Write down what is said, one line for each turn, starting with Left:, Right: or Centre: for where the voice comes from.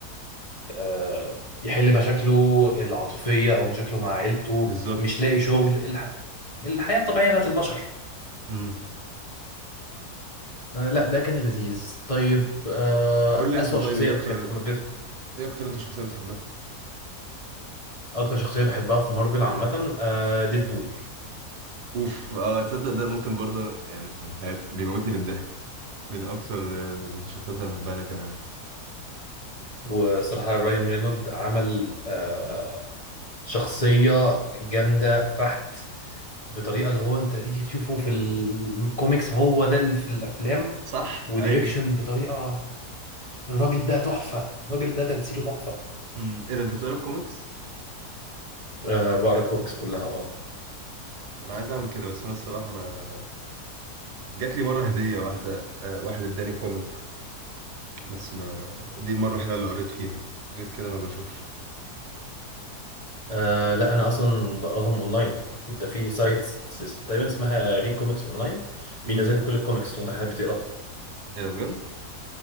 Left: آه، يحل مشاكله العاطفية او مشاكله مع عيلته
Right: بالظبط
Left: مش لاقي شغل الح... الحياة الطبيعية بتاعت البشر
Right: امم
Left: آه، لا ده كان لذيذ طيب آه،
Right: قول لي انت
Left: أسوأ
Right: طيب
Left: شخصية
Right: ايه
Left: بتحب
Right: اكتر
Left: بت-
Right: ايه اكتر انت شخصية بتحبها
Left: أكتر شخصية بحبها في مارفل عامة آه، ديدبول
Right: اوف اه تصدق ده ممكن برضه يعني من حياة بيموتني بالضحك من اكتر آه، الشخصيات اللي بحبها انا كمان
Left: وصراحة رايان رينولد عمل آه، آه، شخصية جامدة فحت بطريقة اللي هو أنت تيجي تشوفه في الكوميكس هو ده اللي في الأفلام
Right: صح
Left: وديبكشن
Right: ايوه
Left: بطريقة الراجل ده تحفة الراجل ده تمثيله تحفة
Right: امم ايه ده انت بتقرا كوميكس
Left: أه بقرا الكوميكس كلها اه
Right: انا عايز اعمل كده بس انا الصراحة ما جات لي مرة هدية واحدة آه، واحد اداني كوميك بس ما دي المرة الوحيدة اللي قريت فيها غير كده ما بشوفش
Left: آه، لا انا اصلا بقراهم اونلاين انت في سايت تقريبا اسمها ريد كوميكس اونلاين
Right: امم
Left: بينزل لك كل الكوميكس لو انت حابب تقرا
Right: ايه ده بجد